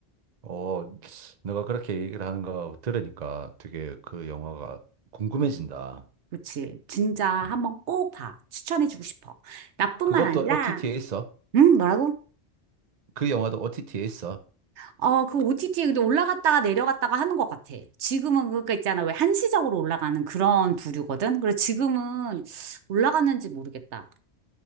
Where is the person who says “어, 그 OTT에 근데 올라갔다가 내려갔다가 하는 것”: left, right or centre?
Right